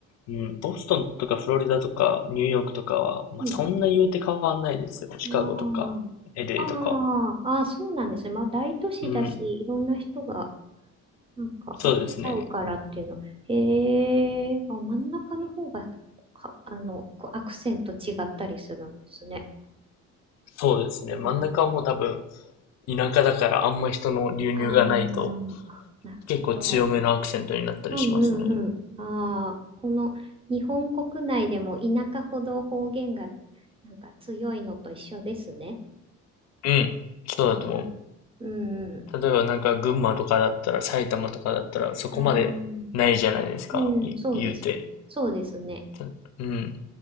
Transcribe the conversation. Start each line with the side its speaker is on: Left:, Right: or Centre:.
Left: うん、ボストンとかフロリダとかニューヨークとかは、
Right: うん
Left: まあ、
Right: うん。
Left: そんな言うて変わんないですよ。シカゴとか、
Right: あ
Left: LA
Right: あ、ああ、
Left: とかは。
Right: ああ、そうなんですね。まあ、大都市だし、
Left: うん、
Right: いろんな人が、なんか、
Left: そうですね。
Right: 行き交うからっていうの。へえ、あ、真ん中の方が、か、あの、こうアクセント違ったりするんですね。
Left: そうですね。
Right: うん。
Left: 真ん中はもう多分、田舎だからあんま人の流入がないと、
Right: ああ、なるほど。
Left: 結構強めのアクセントになったりしますね。
Right: うんうんうん。ああ、この、日本国内でも田舎ほど方言が、なんか強いのと一緒ですね。
Left: うん、そうだと思
Right: うんうん。うんうん。
Left: う。例えばなんか群馬とかだったら、埼玉とかだったら、そこまでないじゃないですか、
Right: ああ。うん、
Left: い言うて。
Right: そうですね。そうですね。
Left: たうん、